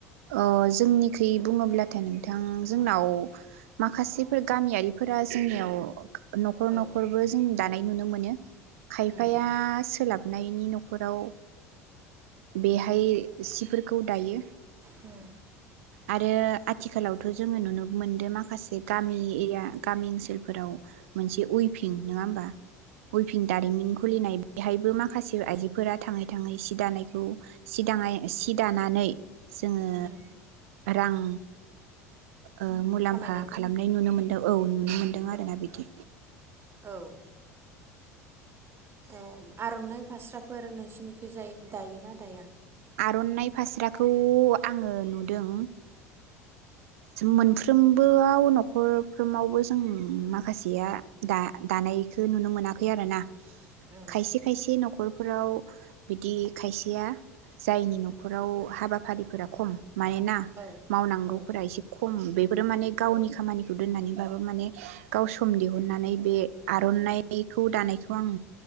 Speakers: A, on the right; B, on the right.
A: अ जोंनिखै बुङोब्लाथाय नोंथां जोंनाव माखासेफोर गामियारि फोरा जोंनियाव न'खर न'खरबो
B: औ
A: जों दानाय नुनो मोनो। खायफाया
B: उम
A: सोलाब नायनि नखराव बेहाय सिफोरखौ दायो।
B: उम।
A: आरो आथिखालावथ जोंङो नुनो मोनदों माखासे गामि एरिया गामि ओनसोलफोराव मोनसे वेभिं नङा होमबा वेभिं दारिमिन खुलिनाय बेहायबो माखासे आयजोफोरा थाङै थाङै सि दानायखौ सिदांयाय सि दानानै जोंङो
B: उम
A: रां ओ
B: उम
A: मुलाम्फा
B: खामायनायखौ
A: खालामनाय नुनो
B: उम
A: मोनदो औ नुनो मोनदों आरो
B: औ
A: ना बिदि।
B: औ औ आरनाइ फास्राफोर नोंसिनिखिजाय दायोना दाया।
A: आरनाइ फास्राखौ आंङो नु नुदों मोनफ्रोमबोआव न'खरफ्रोमावबो जों माखासेया दा-दानायखौ नुनो मोनाखै आरो ना।
B: उम
A: खायसे खायसे न नखरफोराव बिदि खायसेया जायनि
B: उम
A: नखराव हाबा फारिफोरा खम मानोना
B: औ
A: मावनांगौफोरा
B: औ
A: एसे खम बेफोरो माने गावनि
B: औ
A: खामानिखौ दोननानै बाबो माने गाव सम दिहुननानै बे आरनाइखौ दानायखौ आं